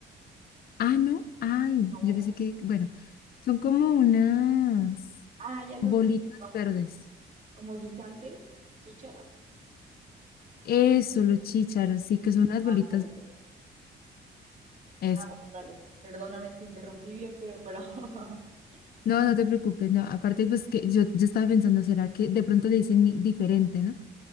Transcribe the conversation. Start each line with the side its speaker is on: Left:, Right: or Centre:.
Left: Ah, no, ay,
Right: No.
Left: yo pensé que, bueno, son como unas
Right: Ah, ya las
Left: bolitas
Right: busqué. ¿Como,
Left: verdes.
Right: como guisantes? ¿Chícharos?
Left: Eso, los chícharos, sí, que son unas
Right: Ah,
Left: bolitas.
Right: ok, ok.
Left: Eso.
Right: Ah, bueno, dale. Perdóname, te interrumpí bien feo, pero. <laughs>
Left: No, no te preocupes, no. Aparte, pues que yo, yo estaba pensando, ¿será que de pronto le dicen ni- diferente, ¿no?